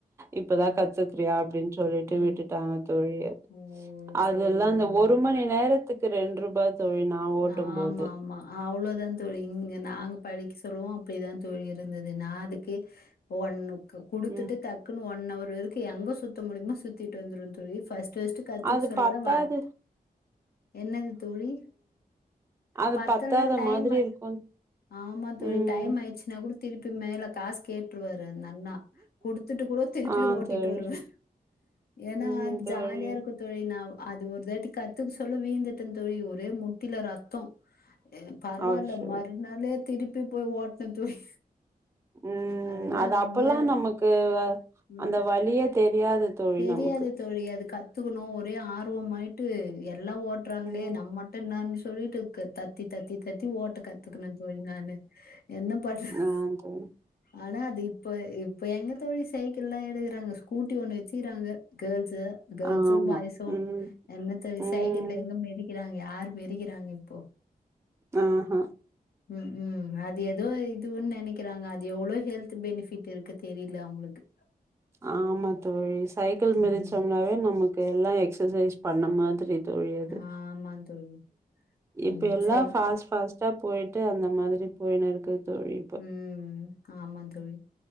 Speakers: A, on the right; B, on the left.
A: இப்பதா
B: ம்
A: கத்துக்றியா அப்டின்னு சொல்லிட்டு
B: ம்
A: விட்டுட்டாங்க தோழி
B: ஓ
A: அதெல்லா
B: சேரி
A: இந்த
B: நல்லது
A: ஒரு மணி நேரத்துக்கு ரெண்டு ருபா தோழி நா ஓட்டும்
B: ஆ
A: போது
B: ஆமாமா அவ்ளோதா தோழி இங்க நாங் படிக்க சொல்லுவோ அப்டிதா தோழி இருந்தது நா அதுக்கே ஒன்னுக்கு குடுத்துட்டு
A: ம்
B: தக்குன்னு ஒன் அவர் இருக்கு எங்க சுத்த மூடியுமோ சுத்திட்டு வந்துரும்னு தோழி ஃபர்ஸ் ரஸ்ட் கத்துக்
A: அது
B: சொல்லத
A: பத்தாது
B: வற என்னது தோழி
A: அது
B: பத்தலனா
A: பத்தாத
B: டைம்மு
A: மாதிரி இருக்கு
B: ஆமா தோழி
A: ம்
B: டைம் ஆயிச்சுனா கூட திருப்பி மேல காசு கேட்டுருவாரு அந்த அண்ணா குடுத்துட்டு கூட திருப்பி
A: ஆ
B: ஓட்டிட்டு
A: தோழி
B: வருவே ஏன்னா
A: ம்
B: அத்
A: தோழி
B: ஜாலியா இருக்கு தோழி நா அது ஒரு தாட்டி கத்துக்க சொல்ல வீந்துட்ட தோழி ஒரே மு முட்டில ரத்தொ பரவால்ல
A: அச்சோ
B: மறுநாளே திருப்பி போய் ஓட்ன தோழி
A: ம்
B: அதெல்லா
A: அது அப்பல்லா
B: வீர
A: நமக்கு
B: ம்
A: அந்த வழியே தெரியாது தோழி
B: தெரியாது
A: நமக்கு
B: தோழி அது கத்துக்கணு ஒரே ஆர்வமாயிட்டு எல்லா ஓட்டுறாங்ளே
A: ம்
B: நம்ம மட் ட்ட நா சொல்லிட்டு தத்தி தத்தி தத்தி ஓட்ட கத்துக்கண தோழி நானு என்ன பண்றது
A: ஆ தோழி
B: ஆனா அது இப்ப இப்ப எங்க தோழி சைக்கிள் எல்லா எடுக்றாங்க ஸ்கூட்டி ஒண்ணு வச்சுக்கிறாங்க கேர்ள்ஸ்சு கேர்ள்ஸ்ஷோ
A: ஆமா
B: பாய்ஸ்ஷோ
A: ம்
B: என்ன தோழி
A: ம்
B: சைக்கில எங்க மிதிக் க்கிறாங்க யா மேறிகிறாங்க இப்போ
A: ஆ ஹா
B: ம் ம் அது ஏதோ இதுன்னு நெனைக்கிறாங்க அது எவ்ளோ ஹெல்த் பெனிஃபிட் இருக்கு தெரில அவங்களுக்கு
A: ஆமா தோழி சைக்கிள்
B: ம்
A: மிதிச்சோம்னாவே
B: ம்
A: நமக்கு எல்லா எக்சர்சைஸ் பண்ண மாதிரி தோழி அது
B: ஆமா தோழி
A: இப்ப
B: ம்
A: எல்லா
B: சரி
A: பாஸ் பாஸ் ட்டா போயிட்டு அந்த மாதிரி போயின்னுருக்குது தோழி இப்ப
B: ம் ஆமா தோழி